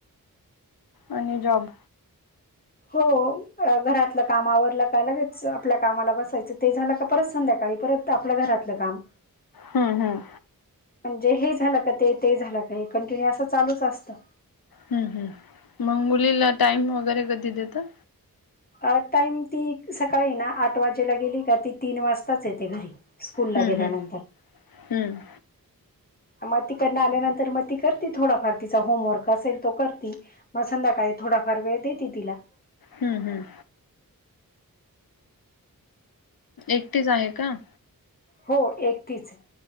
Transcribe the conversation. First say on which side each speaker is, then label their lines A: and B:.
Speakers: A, on the left (about 80°); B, on the left (about 25°).
A: आणि जॉब.
B: हो. अ घरातल काम आवरल का लगेच आपल्या कामाला बसायच ते झाल का परत संध्याकाळी परत. आपल घरातल काम.
A: हम्म हम्म
B: म्हणजे हे झालं कां ते ते झालं कां हे कंटिन्यू असं चालूंच असतं.
A: हम्मं हम्मं मंग मुलीलां टाईम वगैरें कधीं देतां.
B: अं टाईम ती सकाळीं नां आंठ वाजेला गेली कां ती तीनं वाजताचं येते घरी. स्कूलला
A: हं
B: गेल्यानंतर
A: हं हम्मं.
B: मंग तिकडं आल्यानंतर मंग ती करते थोडांफार तिच्या होमवर्क असेल तो करती मंग संध्याकाळ थोडांफार वेळं देते तिलां.
A: हं हं. एकटीचं आहे कां.
B: हो एकटीचं तीचं